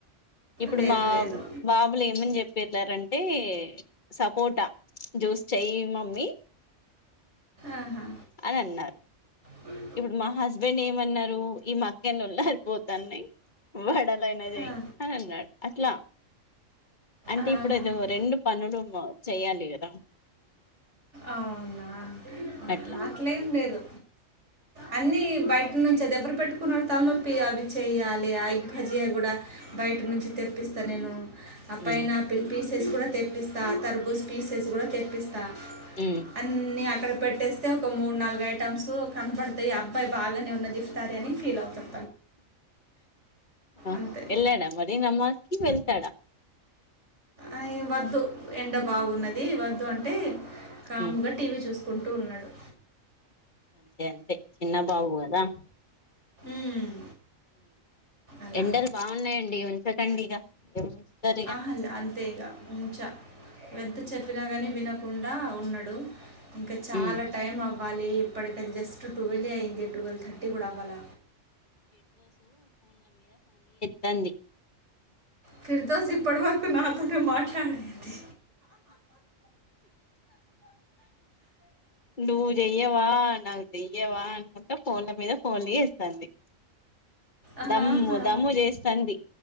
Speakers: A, on the left; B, on the right.
A: ఇప్పుడు
B: లేదు
A: మా
B: లేదు
A: బాబులు ఏమని జేప్పి ఎల్లారంటే, సపోటా జూస్ చే చెయ్యి మమ్మీ,
B: ఆహా.
A: అన్ అన్నారు.
B: స
A: ఇప్పుడు మా హస్బెండ్ ఏమన్నారు ఈ మా అక్కెన్నోళ్ల అయిపోతున్నాయి వాడాలైనది అని చెయ్
B: ఆహా,
A: అని అన్నాడు అట్లా అంటే
B: ఆహా.
A: ఇప్పుడు అదో రెండు పనులు చేయాలి కదా
B: అవునా అ
A: అట్లా
B: హా అట్లేం లేదు అన్ని బ ఇ నుంచి అది ఎబరు పెట్టుకున్న తలనొప్పి అవి చెయాలి ఆ అగ్భజియా కూడా బయట నుంచి తెప్పిస్ స్త నేను ఆ పైనపిల్
A: ఉమ్
B: పీసెస్ కూడా తెప్పిస్తా తర్బూజ్ పీసెస్ కూడా తెప్పిస్ అ
A: ఉమ్
B: అక్కడ పెట్టేస్తే ఒక మూడు నాలుగు ఐటం కనపడతాయి అబ్బాయి బాగానే ఉన్నది ఇప్తారీ అని ఫీల్ అవుతాం
A: ఆ
B: అంతే
A: ఎల్లాడ మరీ నమాజ్కి వెళ్తాడా
B: అ వద్దు ఎండ బాగున్నది వద్దు అంటే కాముగా
A: ఉమ్
B: టీవీ చూసుకుం టు ఉన్నాడు
A: అంతే అంతే చిన్న బాబు కదా
B: ఉమ్, అలా
A: ఎండలు బాగున్నాయండి ఉంచకండి ఇగ ఉంచుతారు ఇగ
B: ఆహలా అంతేగా ఉంచ ఎంత చెప్పినా గాని వినకుండా ఉన్నాడు ఇంకా చాలా
A: ఉమ్
B: టైం అవ్వాలి ఇప్పటికది జస్ట్ ట్వెల్వ అయింది టువెల్వ్ థర్టీ కూడా అవ్వాల
A: తంది
B: ఫిర్దోస్ ఇప్పటి వరకు నాతోనే మాట్లాడింది
A: నువ్వు చెయ్యవా నావ్ చెయ్యవా అనుకుంటే ఫోన్ల మీద ఫోన్ చేస్తాంది
B: ఆహా,
A: దమ్ము దమ్ చేస్తాంది